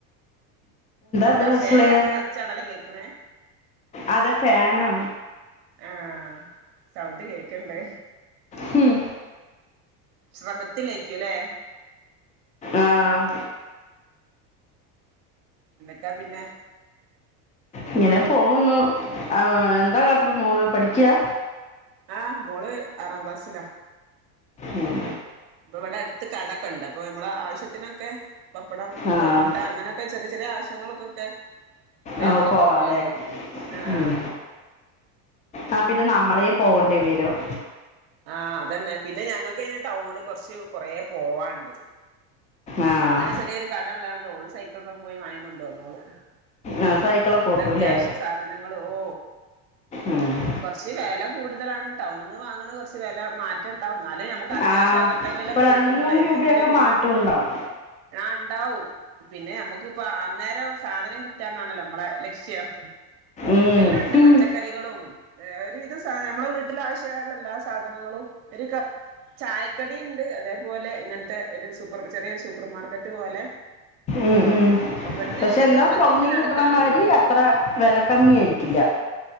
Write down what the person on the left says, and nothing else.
ഇത് സ്പെഷ്യല്
അതെ ഫാനാ
ഹും
ആഹ്
ഇങ്ങനെ പോകുന്നു ആ എന്താ കാട്ടരു മോള് പഠിക്കയാ
ഉം
ആഹ്
ആ
പോവാല്ലേ
ഉം ആ പിന്നെ നമ്മളെ പോകണ്ടി വെരും
ആഹ്
ആഹ് സൈക്കിളൊക്കെ
ഓട്ടൂല്ലേ
ഉം
ആ
ഇപ്പൊ രണ്ട്
മൂന്ന് രൂപയൊക്കെ
മാറ്റം ഉണ്ടാവും
ഉം
ഉം.
ഉം ഉം
പക്ഷെ
എന്നാ
ടൗണി
കിട്ടന്ന മാരി
അത്ര വില കമ്മി ആയിരിക്കില്ല